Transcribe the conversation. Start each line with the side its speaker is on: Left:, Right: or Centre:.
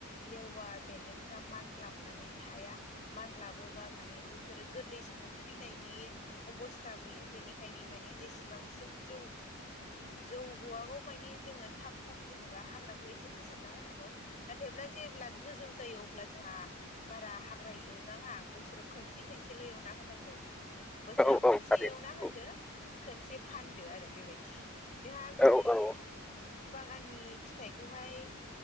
Left: लेवार बेन्दोंफ्रा मानग्लाबनानै थाया। मानलाबोबा माने बेफोरो गोरलै समाव थैनायनि अबस्था फैयो। बेनिखायनो माने जेसेबांसिम जौ जौगवागौ मानि जोङो थाब थाब जेनेबा हाग्राखौ एसे फोसाबना होनांगौ। नाथायब्ला जेब्ला गोजौ जायो अब्ला जोंहा बारा हाग्रा एवनाङा बोसोराव खनसे खनसेल' एवना होनांगौ। बोसोराव
Centre: औ औ औ
Left: खनसे
Centre: थारैनो
Left: एवना होन खनसे फानदो आरो बेबायदि जोंहा गय
Centre: औ औ
Left: बागाननि फिथाइखौहाय